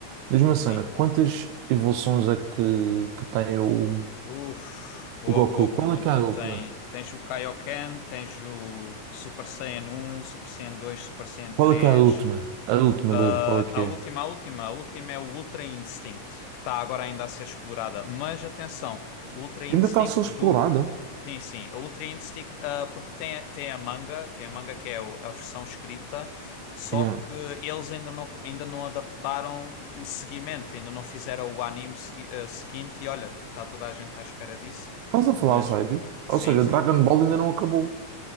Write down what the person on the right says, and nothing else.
diz-me uma
cena, quantas evoluções é que, que tem o,
o Goku?
Qual
é que é a última?
Qual é que é a última? A última, Dave,
qual é que
é?
Ainda está a ser explorada.
Yeah.
Estás a falar
a sério?
Ou seja,
Dragon Ball ainda não acabou.